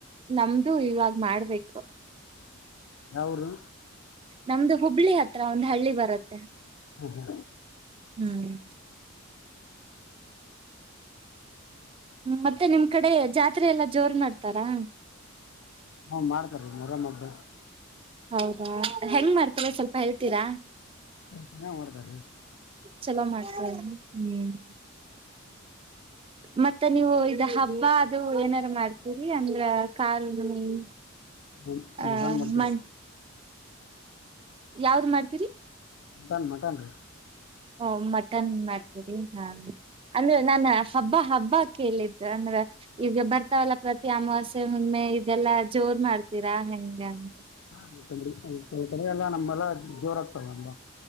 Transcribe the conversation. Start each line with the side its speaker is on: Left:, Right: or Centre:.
Right: ನಮ್ದು ಇವಾಗ್ ಮಾಡ್ಬೇಕು.
Left: ಯಾವುರು
Right: ನಮ್ದು ಹುಬ್ಳಿ ಹತ್ರ ಒಂದ್ ಹಳ್ಳಿ ಬರತ್ತೆ.
Left: ಹ್ಞೂ ಹ್ಞೂ
Right: ಹ್ಮ್ ಮತ್ತೆ ನಿಮ್ ಕಡೆ ಜಾತ್ರೆ ಎಲ್ಲಾ ಜೋರ್ ಮಾಡ್ತಾರಾ.
Left: ಹ್ಮ ಮಾಡ್ತಾರಿ ಮೊರಮ್ಮ್ ಹಬ್ಬ.
Right: ಹೌದಾ ಹೆಂಗ್ ಮಾಡ್ತರೆ ಸ್ವಲ್ಪ ಹೇಳ್ತೀರಾ.
Left: ಚೆನ್ನಾಗಿ ಮಾಡ್ತಾರೆ ರೀ
Right: ಚಲೋ ಮಾಡ್ತಾರಿ ಹ್ಮ್ ಮತ್ತೆ ನೀವು ಇದ ಹಬ್ಬ ಅದು ಏನಾರು ಮಾಡ್ತೀರಿ ಅಂದ್ರ ಕಾರು <unintelligible>
Left: ಹ್ಞೂ
Right: ಆ
Left: ಮಟನ್ ಮಾಡ್ತಾರೆ
Right: ಮ ಯಾವ್ದ್ ಮಾಡ್ತೀರಿ.
Left: ಮಟನ್ ಮಟನ್ ರೀ
Right: ಹ ಮಟನ್ ಮಾಡ್ತೀರಿ ಹಾ ಅಂದ್ರೆ ನಾನ ಹಬ್ಬ ಹಬ್ಬ ಕೇಳಿದ್ದು ಅಂದ್ರ ಈಗ ಬರ್ತಾವಲ್ಲ ಪ್ರತಿ ಅಮಾವಾಸ್ಯೆ ಹುಣ್ಮೆ ಇದೆಲ್ಲಾ ಜೋ ರ್ ಮಾಡ್ತೀರಾ ಹೆಂಗೇ ಅನ್
Left: ಹಾ ಕೆ ಕಡೆ ಎಲ್ಲ ನಮ್ಮಲ್ಲ ಜೋರಾಗ್ತವ್ ಅಂಬ